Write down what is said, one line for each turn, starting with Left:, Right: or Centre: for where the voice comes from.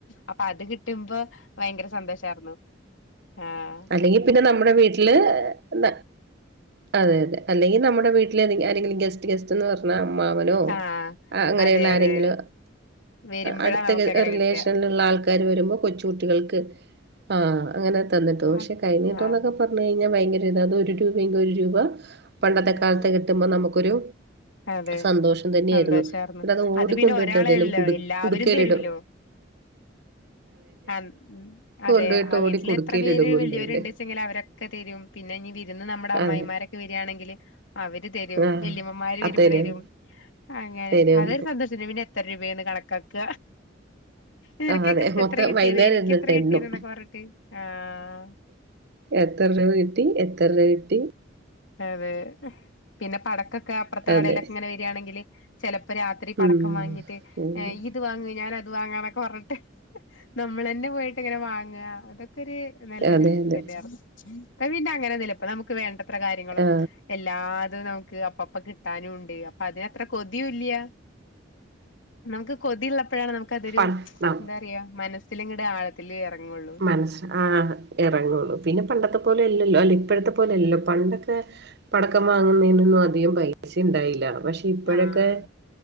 Left: അപ്പൊ അത് കിട്ടുമ്പോ ഭയങ്കര സന്തോഷായിരുന്നു. ആഹ്
Right: അല്ലെങ്കി പിന്നെ നമ്മുടെ വീട്ടില് ന്ന അതെ അതെ അല്ലെങ്കി നമ്മടെ വീട്ടില് ആരെങ്കിലും ഗസ്റ്റ് ഗസ്റ്റ് ന്ന് പർഞ്ഞ അമ്മാവനോ
Left: ആഹ്
Right: അങ്ങനെയുള്ള
Left: അതെ അതെ
Right: ആരെങ്കിലും
Left: വരുമ്പഴാ
Right: അടുത്ത
Left: നമുക്ക് അങ്ങനെ
Right: റിലേഷനിൽള്ള
Left: കിട്ടാ
Right: ആൾ കാര് വരുമ്പോ കൊച്ചു കുട്ടികൾക്ക് ആഹ് അങ്ങനെ തന്നിട്ട് പോം പക്ഷെ
Left: അത്
Right: കയ് നീട്ടം
Left: ആഹ്
Right: ന്നൊക്കെ പർഞയ്ഞ്ഞാ ഭയങ്കര ഇത അത് ഒരു രൂപെങ്കി ഒരു രൂപ പണ്ടത്തെ
Left: ആഹ്
Right: കാലത്ത് കിട്ടുമ്പോ നമുക്കൊരു
Left: അതെ
Right: സന്തോഷം തന്നെര്ന്നു
Left: സന്തോഷായിരുന്നു
Right: പിന്നത് ഓടിക്കൊണ്ടോയ്ട്ട്
Left: അത് പിന്നെ ഒരാളല്ലല്ലോ
Right: എവിടെലും കുടു
Left: എല്ലാവരും
Right: കുടുക്കെലിടും
Left: തരൂലോ ആഹ് അതെ
Right: കൊണ്ടുപോയിട്ട്
Left: ആ
Right: ഓടി
Left: വീട്ടിൽ
Right: കുടുക്കയിലിടും
Left: എത്ര പേര്
Right: കൊണ്ടുപോയിട്ട്
Left: വെല്യോര്ണ്ട് ച്ച്ണ്ടെങ്കി അവരെ ക്കെ തെരും പിന്നെ ഇനി വിരുന്ന് നമ്മുടെ അമ്മായിമാരൊക്കെ
Right: അതെ
Left: വെരാണെങ്കിൽ അവര് തെരും
Right: ആ
Left: വെല്ലിമ്മമാര് വെരുമ്പോ
Right: അത് തരും
Left: തെരും അങ്ങനെ
Right: തരും
Left: അതൊരു സന്തോഷണ്ട് പിന്നെ എത്ര രൂപേന്ന് കണക്കാക്ക നിനക്കൊക്കെ
Right: ആഹ് അതെ മൊത്തം
Left: എത്ര കിട്ടിയത്
Right: വൈന്നേരം
Left: എനിക്ക്
Right: ര്ന്നിട്ടെണ്ണും
Left: എത്ര കിട്ടിയത് എന്നൊക്കെ പറഞ്ഞിട്ട് ആഹ്
Right: എത്ര രൂപ കിട്ടി എത്ര രൂപ കിട്ടി
Left: അതെ പിന്നെ പട ക്കൊക്കെ അപ്പർത്തെ കടേലൊക്കെങ്ങനെ
Right: അതെ
Left: വെരാണെങ്കിൽ ചെലപ്പോ രാത്രി പടക്കം
Right: ഉം
Left: വങ്ങിട്ട്
Right: അങ്ങനെ.
Left: ഏ ഇയ്യ് ത് വാങ് ഞാനത് വാങ്ങാന്നൊക്കെ പർഞ്ട്ട് നമ്മളെന്നെ പോയിട്ട് ങ്ങനെ വാങ്ങ അതൊക്കൊര് നല്ലൊരു
Right: അതെ അതെ
Left: ഇത് തന്നാർന്നു ഇപ്പ പിന്നെ അങ്ങനൊന്നുല്ല ഇപ്പ നമ്മക്ക് വേണ്ട ത്ര കാര്യങ്ങളും
Right: ആ
Left: എല്ലാതും നമുക്ക് അപ്പ പ്പ കിട്ടാനുണ്ട് അപ്പൊ അതിനത്ര കൊതിയുല്യ നമുക്ക് കൊതിയള്ളപ്പഴാണ് നമു ക്കതൊരു
Right: പ
Left: എന്താ പറയാ മനസ്സ്ല്ങ്ങട്ട് ആഴത്തില് എറങൊള്ളു
Right: മനസ് ആ എറങൊള്ളു പിന്നെ പണ്ടത്തെ പോലെ അല്ലല്ലോ അല്ല ഇപ്പഴ്ത്തെ പോലല്ലല്ലോ പണ്ടൊക്കെ പടക്കം വാങ്ങുന്നതിനൊന്നും അധികം പൈസ ണ്ടായില്ല പക്ഷേ ഇപ്പഴൊക്കെ
Left: ആഹ്